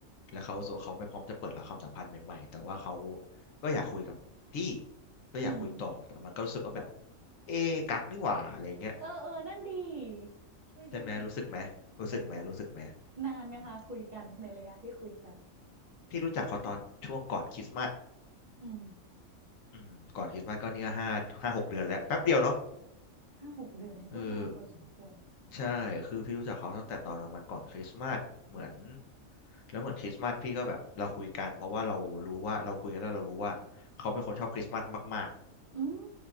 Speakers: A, on the left (about 75°); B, on the right (about 45°).
A: แล้วเขาโซเขาไม่พร้อมจะเปิดรับความสัมพันธ์ใหม่ๆแต่ว่าเขาก็อยากคุยกับพี่ก็อยากคุยต่อแต่มันก็รู้สึกว่าแบบ
B: อืม
A: เอ๊ะกักนี่หว่าอะไรเงี้ย
B: เออเออนั่นดีไม่ได้นะ
A: ใช่ไหมรู้สึกไหมรู้สึกไหมรู้สึกไหม
B: เออ นานไหมคะคุยกันในระยะที่คุยกัน
A: อืมพี่รู้จักเขาตอนช่วงก่อนคริสต์มาส
B: อืม
A: อืมก่อนคริสต์มาสก็นี่ก็ห้าห้าหกเดือนแล้วแป๊บเดียวเนาะ
B: ห้าหกเดือนนี่ก็นานพอสมควรนะ
A: เออใช่คือพี่รู้จักเขาตั้งแต่ตอนประมาณก่อนคริสต์มาสเหมือนแล้วเหมือนคริสต์มาสพี่ก็แบบเราคุยกันเพราะว่าเรารู้ว่าเราคุยกันแล้วเรารู้ว่าเขาเป็นคนชอบคริสต์มาสมาก
B: อืม